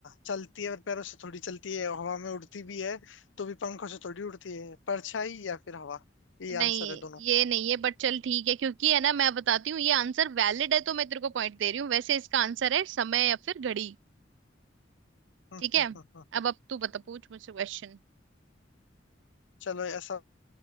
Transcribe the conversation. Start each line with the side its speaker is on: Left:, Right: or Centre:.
Left: चलती है और पैरों से थोड़ी चलती है हवा में उड़ती भी है तो भी पंखों से थोड़ी उड़ती है परछाई या फिर हवा ये
Right: नहीं
Left: आंसर है दोनों
Right: ये नहीं है बट चल ठीक है क्योंकि है ना मैं बताती हूँ ये आंसर वैलिड है तो मैं तेरे को पॉइंट दे रही हूँ वैसे इसका आंसर है समय या फिर घड़ी
Left: हम्म,
Right: ठीक है
Left: हम्म, हम्म, हम्म, हम्म।
Right: अब अब तू बता पूछ मुझसे क्वेश्चन
Left: चलो ऐसा